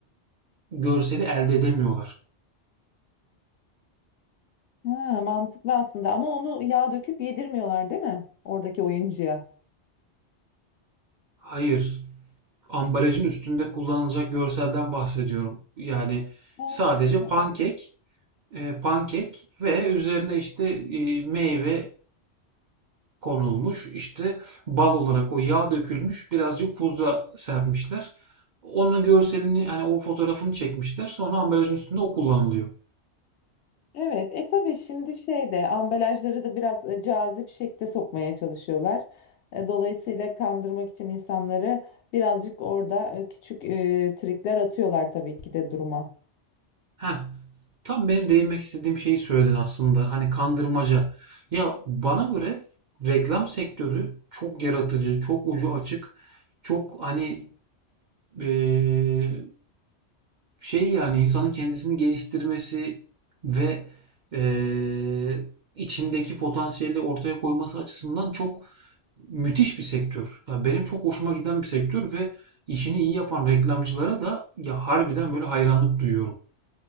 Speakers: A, on the right; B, on the left.
A: görseli elde edemiyorlar.
B: Ha, mantıklı aslında ama onu yağ döküp yedirmiyorlar değil mi? Oradaki oyuncuya.
A: Hayır, ambalajın üstünde kullanılacak görselden bahsediyorum. Yani
B: Ha,
A: sadece
B: ha,
A: pankek,
B: anladım.
A: e, pankek ve üzerine işte e, meyve konulmuş. İşte bal olarak o yağ dökülmüş. Birazcık pudra serpmişler. Onun görselini yani o fotoğrafını çekmişler. Sonra ambalajın üstünde o kullanılıyor.
B: Evet, e tabii şimdi şeyde ambalajları da biraz e, cazip şekle sokmaya çalışıyorlar. E, dolayısıyla kandırmak için insanları birazcık orada e, küçük e, trikler atıyorlar tabii ki de duruma.
A: Heh, tam benim değinmek istediğim şeyi söyledin aslında. Hani kandırmaca. Ya bana göre reklam sektörü çok yaratıcı, çok ucu açık, çok hani eee, şey yani insanın kendisini geliştirmesi ve eee, içindeki potansiyeli ortaya koyması açısından çok Müthiş bir sektör. Ya benim çok hoşuma giden bir sektör ve işini iyi yapan reklamcılara da ya harbiden böyle hayranlık duyuyorum.